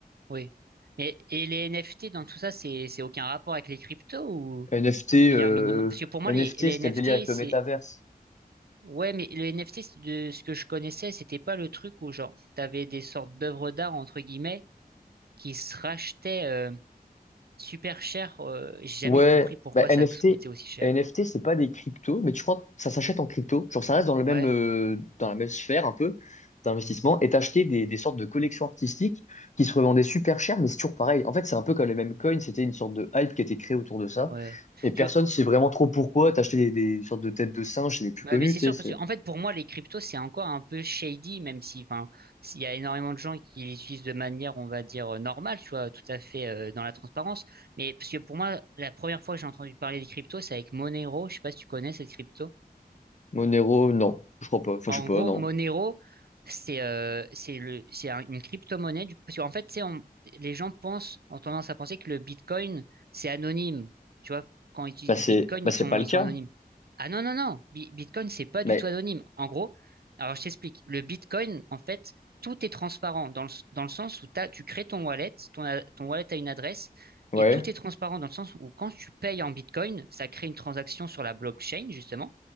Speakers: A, on the right; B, on the left.
A: oui. Et, et les NFT dans tout ça, c'est, c'est aucun rapport avec les cryptos ou?
B: NFT,
A: où
B: euh,
A: il y a un minimum. Parce que pour moi,
B: NFT,
A: les, les
B: c'était
A: NFT,
B: le délire avec
A: c'est.
B: le métaverse.
A: Ouais, mais le NFT, c'est de ce que je connaissais, c'était pas le truc où, genre, t'avais des sortes d'œuvres d'art, entre guillemets, qui se rachetaient euh, super cher. euh, j'ai jamais
B: Ouais,
A: compris pourquoi
B: bah, NFT,
A: ça coûtait aussi cher.
B: NFT, c'est pas des cryptos, mais tu crois que ça s'achète en crypto. Genre, ça reste dans le
A: Ouais,
B: même, euh, dans la même sphère un peu d'investissement et t'acheter des, des sortes de collections artistiques qui se revendaient super cher, mais c'est toujours pareil. En fait, c'est un peu comme les mêmes coins, c'était une sorte de hype qui a été créée autour de ça.
A: ouais.
B: Et personne
A: Tu vois,
B: sait vraiment trop pourquoi t'acheter des, des sortes de têtes de singes, c'est les plus connus,
A: ouais, mais c'est
B: tu
A: sûr,
B: sais. c'est
A: parce que, en fait, pour moi, les cryptos, c'est encore un peu shady, même si, enfin, s'il y a énormément de gens qui les utilisent de manière, on va dire, euh, normale, tu vois, tout à fait euh, dans la transparence. Mais parce que pour moi, la première fois que j'ai entendu parler des cryptos, c'est avec Monero. Je sais pas si tu connais cette crypto.
B: Monero, non, je crois pas. Enfin,
A: En
B: je sais pas,
A: gros,
B: non.
A: Monero, c'est euh, c'est le, c'est un- une crypto-monnaie, du coup, parce qu'en fait, tu sais, on- les gens pensent, ont tendance à penser que le Bitcoin, c'est anonyme. Tu vois, quand ils utilisent
B: Bah,
A: du
B: c'est,
A: Bitcoin,
B: bah,
A: ils
B: c'est
A: sont,
B: pas le
A: ils
B: cas.
A: sont anonymes. Ah non, non, non, Bi- Bitcoin, c'est pas
B: Mais,
A: du tout anonyme. En gros, alors je t'explique, le Bitcoin, en fait, tout est transparent dans le, s- dans le sens où t'as, tu crées ton wallet, ton, a- ton wallet a une adresse,
B: ouais.
A: et tout est transparent dans le sens où quand tu payes en Bitcoin, ça crée une transaction sur la blockchain, justement.